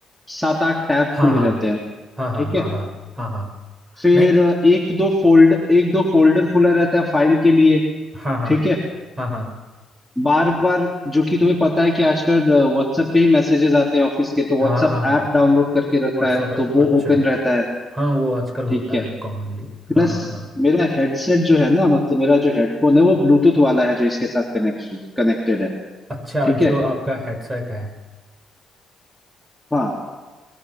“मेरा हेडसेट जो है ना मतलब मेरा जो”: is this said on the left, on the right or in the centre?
Centre